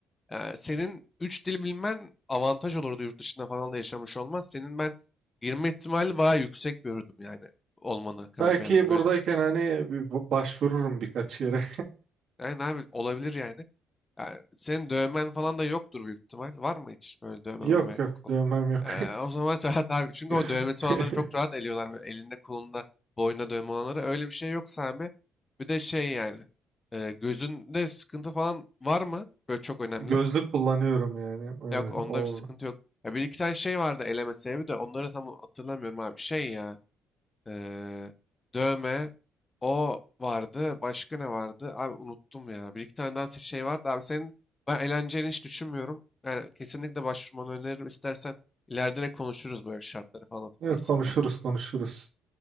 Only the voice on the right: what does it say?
Belki
buradayken
hani bir ba- başvururum birkaç yere.
<laughs>
Yok
yok
dövmem yok.
<laughs>
Gözlük kullanıyorum yani. Ee,
o
evet, konuşuruz
konuşuruz.